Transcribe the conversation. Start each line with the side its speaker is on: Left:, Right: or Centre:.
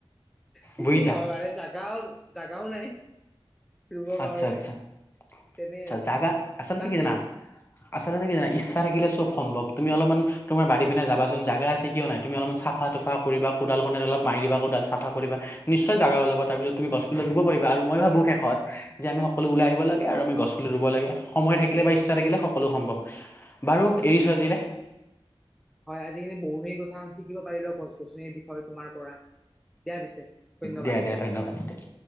Centre: খেতি
Left: বুজিছা
Centre: জাগাও জাগাও নাই ৰুবৰ
Left: আচ্ছা
Centre: কাৰণে
Left: আচ্ছা
Centre: তেনে
Left: আচ্ছা
Centre: আৰু
Left: জাগা আচলতে
Centre: বাকী
Left: কি জানা আচলতে কি জানে ইচ্ছা থাকিলে চব সম্ভৱ তুমি অলপমান তোমাৰ় পিনে যাবাচোন জো আছে কিয়াই তুমি অলপমান চাফা তুফা কৰিব কদালনে অপ মাৰিিবা কোডাল চাফা কৰিবা নিশ্চয় জাগা ওলাব তাৰিছত তুমি গছিলাল গিবাৰা
Centre: হ'ব
Left: মই ভাবো
Centre: বাৰু
Left: শষত যে আমি সকলো ওলাই আহিব লাগে আৰু আি গছুলি ৰুব লাগ সময় থাকিলে বা ইচ্ছা থাকিলে সকলো সম্ভৱ বাৰু
Centre: উ
Left: এৰিছো আজিলে
Centre: হয় হয় আজি খিনি বৰণিৰ কথা শিকিব পাৰিলে গছ গছনি হয় তোমাৰ পৰা দিয়া পিছে ধন্যবাদ
Left: দিয়া দিয়া ধন্যবাদ